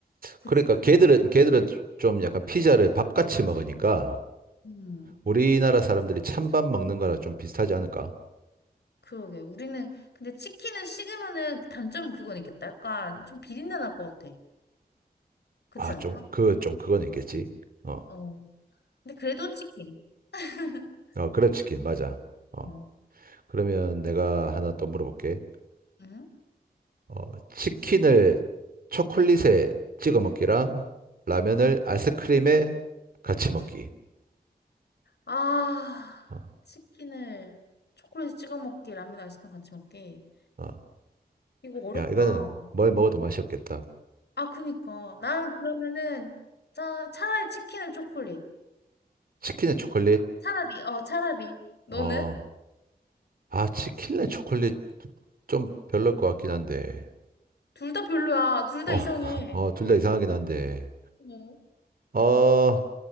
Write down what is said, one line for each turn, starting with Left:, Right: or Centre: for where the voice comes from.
Left: 그치?
Right: 그러니까 걔들은 걔들은 좀 약간 피자를 밥같이 먹으니까
Left: 음.
Right: 우리나라 사람들이 찬밥 먹는 거랑 좀 비슷하지 않을까?
Left: 그러게. 우리는, 근데 치킨은 식으면은 그 단점은 그건 있겠다. 약간 좀 비린내 날 것 같아. 그렇지
Right: 아,
Left: 않을까?
Right: 좀 그 좀 그건 있겠지.
Left: 그치?
Right: 어,
Left: 어. 근데 그래도 치킨. <laughs>
Right: 어, 그래 치킨 맞아. 어,
Left: 응.
Right: 그러면 내가 하나 또 물어볼게.
Left: 응?
Right: 어, 치킨을 초콜릿에 찍어 먹기랑 라면을 아이스크림에 같이 먹기.
Left: 아,
Right: 어,
Left: 치킨을 초콜릿에 찍어 먹기, 라면 아이스크림 같이 먹기.
Right: 어.
Left: 이거 어렵다.
Right: 야, 이거는 뭘 먹어도 맛이 없겠다.
Left: 아, 그니까. 나는 그러면은 차, 차라리 치킨을 초콜릿.
Right: 치킨에 초콜릿?
Left: 차라리, 어, 차라리. 너는?
Right: 어, 아, 치킨에 초콜릿 좀 별로일 것 같긴 한데.
Left: 둘 다 별로야. 둘 다
Right: 어,
Left: 이상해.
Right: <laughs> 어, 둘 다 이상하긴 한데.
Left: 어.
Right: 어,